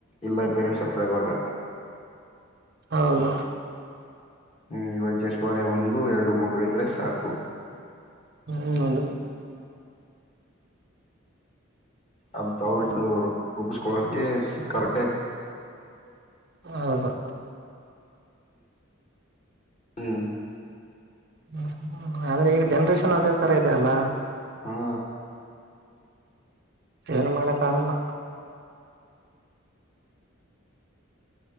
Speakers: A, on the left (about 30°); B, on the right (about 50°).
A: ಇಲ್ಲ ಬೇರೆಂಟ್ಸ್ ಹತ್ರ ಇವಾಗ
B: ಹೌದು
A: ಹ್ಮ್ ಇವಾಗ ಎಷ್ಟುವರೆ ಒಂದು ಎರಡು ಮಗಳಿದ್ರೆ ಸಾಕು
B: ಹ್ಮ್ ನ
A: ಅ್ದ ಅವ್ರನ್ನು ರೂಪಿಸ್ಕೊಡೋಕ್ಕೆ ಸಿಕ್ಕ ಹೊಟ್ಟೆ
B: ಹಾ ಹಾ
A: ಹ್ಮ
B: ಹ್ಮ್ಮ ಆದ್ರೆ ಈಗ ಜನ್ರೇಷನ್ ಅದೇ ತರ ಇದೆ ಅಲ್ಲ
A: ಹಾ
B: ಏನು ಮಾಡಕ್ಕ ಆಗಲ್ಲ